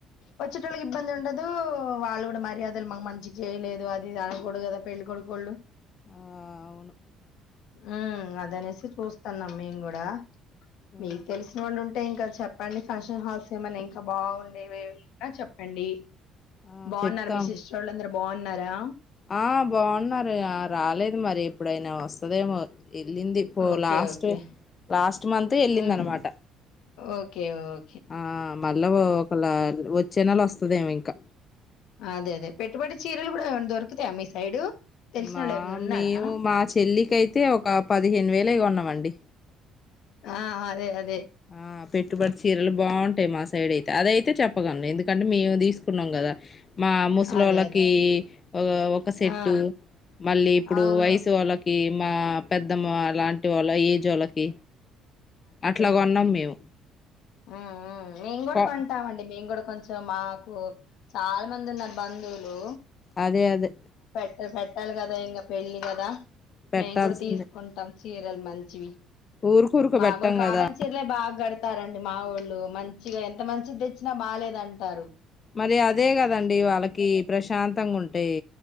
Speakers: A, on the left; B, on the left.
A: వచ్చేటోళ్ళకి ఇబ్బంది ఉండదు వాళ్ళు గూడ మర్యాదలు మాకు మంచిగా చేయలేదు అది ఇది అనగూడదు గదా పెళ్ళికొడుకు ఒళ్ళు
B: ఆ అవు మా
A: ఆ అది అనేసి చూస్తాన్నాం మేము గుడా
B: ఆ
A: మీకు తెలిసిన వాళ్ళు ఉం అంటే ఇంకా చెప్పండి ఫంక్షన్ హాల్స్ ఏమన్నా ఇంకా బాగుండేవి ఏవి ఉన్న చెప్పండి
B: ఆ
A: బాగున్నారు
B: చెప్తాం
A: మీ సిస్టర్ వొళ్ళు అందరు బాగుం ఉన్నారా
B: ఆ బాగున్నారు ఆ రాలేదు హ్మ్ మరి ఇప్పుడైనా వస్తదేమో ప వెళ్ళింది పో
A: ఓకే
B: లాస్ట్
A: ఓకే
B: లాస్ట్ ఈ మంత్ వెళ్ళింది
A: ఉమ్,
B: అనమాట
A: ఓకే ఓం
B: ఆ మళ్ళ ఓ ఒకలా వొ చిన్నల్ వస్తుందేమింకా
A: అదే అదే పెట్టుబడి చీరలు కూడా దొరుకుతాయా మీ సైడు తెలిసిన
B: మా
A: వాళ్ళు ఎవరైనా ఉన్నారా
B: మేము మా చెల్లికయితే ఒక పదిహేను వేలేగొన్నామండి
A: ఆ అదే అదే
B: ఆ పెట్టుబడి చీరలు బాగుంటాయి మా సైడ్ అయితే అదయితే చెప్పగలను ఎందుకంటే మేము దీసుకున్నాము కదా మా ముసులోలకి
A: అదే అదే
B: ఓ ఒక సెట్టు
A: ఆ
B: మళ్ళీ ఇపుడు
A: అవును.
B: వయిసోలకి మా పెద్దమ్మ అలాం టి వాళ ఏజోలకి అట్లా కొన్నం మేము
A: ఊ ఊ మేము కూడా
B: కొ
A: కొంటామండి మేము కూడా కొంచెం మాకు చాలా మంది ఉన్నారు బంధువులు
B: అదే అదే
A: తె పెట్టాలి కదా ఇంగా పెళ్లి కదా
B: పెట్టాల్సిందే
A: మేము కూడా తీసుకుంటాం చీరలు మంచివి
B: ఊరుకు ఊరుకు
A: మాగుడ
B: పెట్టాం
A: కాటన్
B: కదా
A: చీర్లే బాగ్ గడ్ టారండి మా వోళ్ళు మంచిగా ఎంత మంచిది తెచ్చినా బాలేేదంటారు
B: మరి అదే కదండి వాళ్ళకి ప్రశాంతంగా ఉంటే